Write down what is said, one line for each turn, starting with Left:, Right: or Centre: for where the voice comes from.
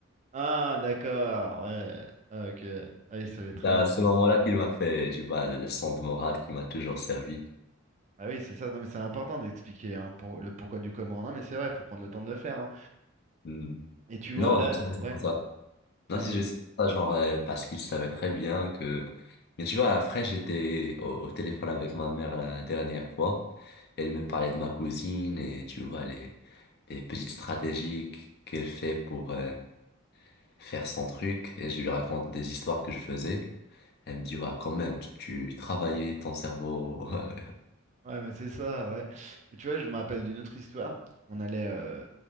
Right: Ah, d'accord. Ouais. Ah, ok. Ah, il savait
Left: C'est
Right: très
Left: à
Right: bien que
Left: ce
Right: c'était
Left: moment-là
Right: Sommelier.
Left: qu'il m'a fait, tu vois, la leçon de morale qui m'a toujours servi.
Right: Ah oui, c'est ça. Non, mais c'est important d'expliquer hein, pour le pourquoi du comment. Non, mais c'est vrai, il faut prendre le temps de le faire. hein.
Left: Hmm.
Right: Et tu vois,
Left: Non,
Right: là,
Left: je sais
Right: ouais.
Left: pas ça. Non,
Right: Et...
Left: c'est juste ça, genre, euh, parce qu'il savait très bien que... Mais tu vois, après, j'étais au, au téléphone avec ma mère la dernière fois. Elle me parlait de ma cousine et tu vois, les, les petites stratégies qu- qu'elle fait pour euh, faire son truc. Et je lui raconte des histoires que je faisais. Elle me dit, ouais, quand même, tu, tu travaillais ton cerveau. <laughs>
Right: Ouais, ouais, c'est ça, ouais. Mais tu vois, je me rappelle d'une autre histoire. On allait euh,